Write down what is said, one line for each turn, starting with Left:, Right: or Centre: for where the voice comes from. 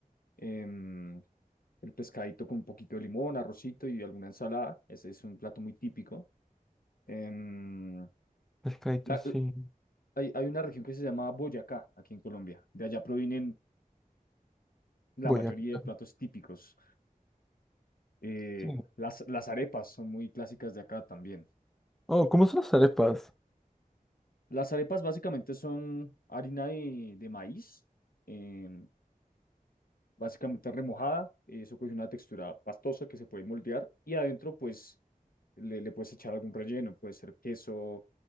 Left: Em, el pescadito con un poquito de limón, arrocito y alguna ensalada. Ese es un plato muy típico. Em,
Centre: Pescadito,
Left: la-
Centre: sí.
Left: la- hay, hay una región que se llama Boyacá, aquí en Colombia. De allá provienen la
Centre: Boyacá,
Left: mayoría de platos típicos. Eh,
Centre: sí.
Left: las, las arepas son muy clásicas de acá también.
Centre: Oh, ¿cómo son las arepas?
Left: Las arepas básicamente son harina de, de maíz, em, básicamente remojada. Eso coge una textura pastosa que se puede moldear y adentro pues le, le puedes echar algún relleno, puede ser queso,